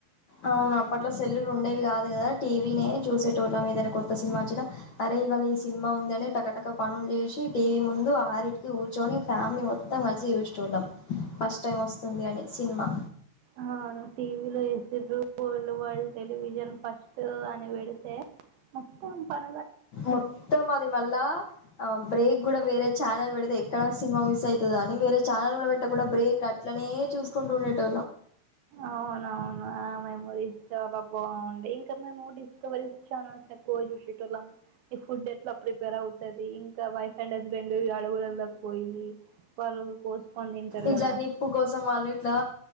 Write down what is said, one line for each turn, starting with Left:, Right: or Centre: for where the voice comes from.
Left: అవును అప్పట్లో సెల్లులు ఉండేవి కాదు కదా టీవీనే చూసేటోళ్ళం ఏదైనా కొత్త సినిమా వచ్చినా. అరే ఇవాళ ఈ సినిమా ఉందని టకటక పనులు చేసి టీవీ ముందు ఆరింటికి కూర్చొని ఫ్యామిలీ మొత్తం. మొత్తం కలిసి చూసే వాళ్ళం ఫస్ట్ టైం వస్తుంది అని సినిమా.
Right: అవును టీవీలో వేసిన్రు వాళ్ళు వరల్డ్ టెలివిజన్ ఫస్టు అని పెడితే. మొత్తం పర
Left: మొత్తం అది మళ్ళా ఆ బ్రేక్ కూడా వేరే ఛానల్ పెడితే ఎక్కడా సినిమా మిస్ అయితదో అని వేరే ఛానల్ కూడా పెట్టకుండా బ్రేక్లు అట్లనే చూసుకుంటూ ఉండేటల్లు.
Right: అవునవును ఆమె మెమరీస్ చాలా బాగున్ ఇంకా మేము డిస్కవరీస్ ఛానల్స్ ఎక్కువ చూసెటోళ్ళం. ఈ ఫుడ్ ఎట్లా ప్రిపేర్ అవుతది ఇంకా వైఫ్ అండ్ హస్బెండ్ అడవులల్లో పోయి. వాళ్ళు కోసుకొని తింటారు
Left: ఇట్లా
Right: కదా
Left: నిప్పు కోసం వాళ్ళు ఇట్లా